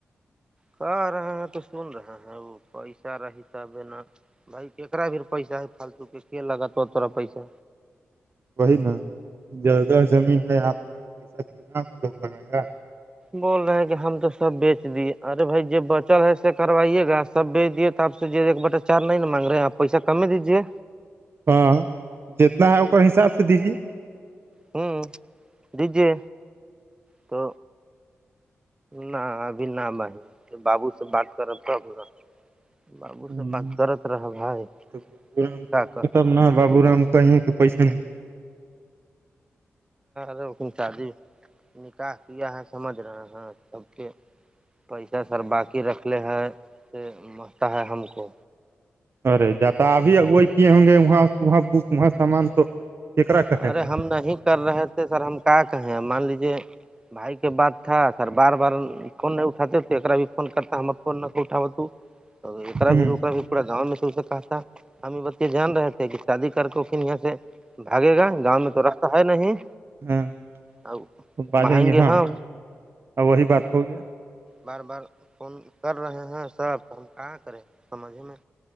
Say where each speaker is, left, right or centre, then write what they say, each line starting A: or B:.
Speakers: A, on the right; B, on the right.
A: کہ رہے ہیں تو سن رہا ہے وہ پیسہ را حساب ہے نا بھائی کیکرا بھیھر پیسہ ہے فالتو کے کی لگات تورا پیسا
B: وہی نا جگہ زمین ہے آپ کا پیسہ کوئی گاؤں کے لوگ لگائے گا
A: بول رہے ہیں کہ ہم تو سب بیچ دیے ارے بھائی جو بچل ہے س کروائیے گاس سب بی بھیج دیے آپ سے جو ایک بٹا چار نہیں ن مانگ رہے آپ پیسہ کم ہی دیجیے
B: ہاں جتنا ہے ا کا حساب سے دیجیے
A: ہوں دیجیے تو نہ ابھی نہ بہ بابو سے بات کرب تب ن بابو
B: دیجیے
A: سے بات کرت رہا بھائی
B: تو بابو رام
A: کیا
B: کہیں
A: کر
B: تب
A: سکتے
B: نا بابو رام کہیں پیسے نہیں
A: ہوںک چ جی نکاح کیا ہے سمجھ رہے ہیں سب کے پیسہ سر باقی رکھ لے ہیں سے مستا ہے ہم کو
B: ارے ج ت ابھی اگوئی کیے ہوں گے وہاںاں بک وہاں سامان تو کیکرا کہے
A: ارے
B: گا
A: ہم نہیں کر رہے تھے سر ہم کیا کہیں ہیں مان لیجے بھائی کے بات تھا سر بار بار فون نہیں اٹاتے توا بھی فون کرتا ہم فون نہ اٹاوت بھی
B: ہوں
A: بھی پورا گاؤں میں سے اس سے کہا تھا ہمیں بت یہ جان رہ تھے کہ شادی کرک کن یہاں سے بھاگے گا گاؤں میں تو رستہ ہے نہیں
B: ہاں
A: ا
B: باجیں
A: ماہییںگے
B: گے ہاں
A: ہم
B: اور وہی بات ہو گیا
A: بار بار فون کر رہے ہیں سرب ہم کہاں کرے سمجھ میں